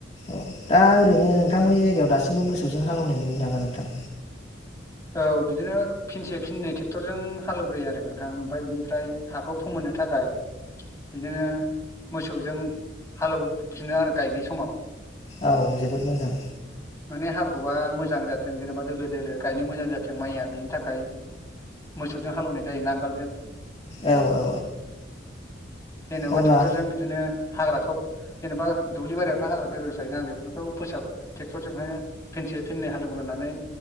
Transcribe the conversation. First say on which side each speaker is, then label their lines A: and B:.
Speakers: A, on the left (about 35°); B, on the left (about 15°).
A: औ दा ओरैनो नोंथांमोननि जायगायाव दासिमबो मोसौजों हालेवनाय नुयो नामा नोंथां
B: औ बिदिनो फिनसे फिननै टेक्टरजों हालेवग्रोयो आरो नोंथां ओमफ्राय बिनिफ्राय हाखौ फोमोननो थाखाय बिदिनो मोसौजों हालौफिनो आरो गायनाय समाव
A: औ जोबोद मोजां
B: माने हाब्रुआ मोजां जाथों जेनेबा दोलो दोलो गायनो मोजां जाथों माइया बिनि थाखाय मोसौजों हालौवनाय जायो नांगालजों
A: औ औ
B: <inaudible> जेन'बा
A: अब्ला
B: टेक्टरजों बिदिनो हाग्राखौ जेन'बा दुब्लि बारियावथ' हाग्रा गोजौ गोजौ थायोना बेफोरखौ फोसाब टेक्ट'रजोंहाय फिनसे फिननै हालौ ग्रोनानै